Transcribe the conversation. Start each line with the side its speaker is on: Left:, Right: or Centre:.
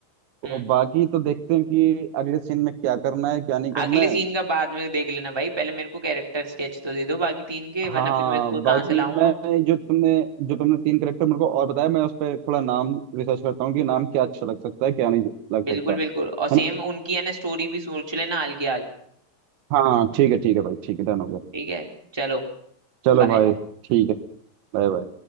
Centre: हम्म
Right: और बाकी तो देखते हैं कि अगले सीन में क्या करना है क्या नहीं करना
Centre: अगले सीन
Right: है
Centre: का बाद में देख लेना भाई पहले मेरे को कैरेक्टर स्केच तो दे दो बाकी तीन के
Right: हाँ
Centre: वरना फिर मैं इसको कहाँ
Right: बाकी
Centre: से लाऊंगा
Right: मैं जो तुमने जो तुमने तीन करेक्टर मेरे को और बताया मैं उस पर थोड़ा नाम रिसर्च करता हूँ कि नाम क्या अच्छा लग सकता है क्या नहीं लग
Centre: बिल्कुल
Right: सकता
Centre: बिल्कुल और सेम
Right: है ना
Centre: उनकी है ना स्टोरी भी सोच लेना हाल की हाल
Right: हाँ ठीक है ठीक है भाई ठीक है डन हो गया
Centre: ठीक है चलो
Right: चलो
Centre: बाय
Right: भाई ठीक है Bye bye